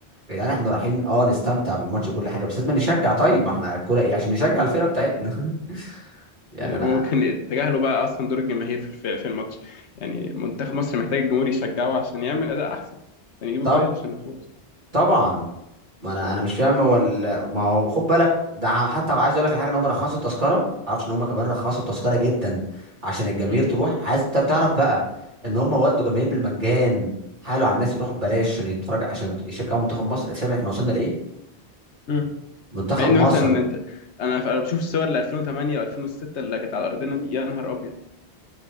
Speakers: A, on the right; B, on the left.
A: يا جدعان احنا رايحين اه نستمتع بالماتش وكل حاجه بس لازم نشجع طيب ما احنا الكوره ايه عشان نشجع الفرقه بتاعتنا <laughs> يعني انا
B: وكان تجاهلوا بقى اصلا دور الجماهير في الف- في الماتش يعني منتخب مصر محتاج الجمهور يشجعه عشان يعمل اداء احسن عشان يجيب
A: طب
B: جوال عشان نفوز
A: طبعا ما انا انا مش فاهم هو ال- ما هو خد بالك ده ع- حتى عايز اقول لك على حاجه ان هم رخصوا التذكره ما تعرفش ان هم كمان رخصوا التذكره جدا عشان الجماهير
B: امم
A: تروح عايز انت تعرف بقى ان هم ودوا جماهير بالمجان حالوا على الناس يروحوا ببلاش عشان يتفرج عشان يشجعوا منتخب مصر شايف احنا وصلنا لايه
B: امم
A: منتخب
B: مع ان
A: مصر
B: مثلا انت انا انا بشوف الصور ل 2008 و2006 اللي كانت على ارضنا دي يا نهار ابيض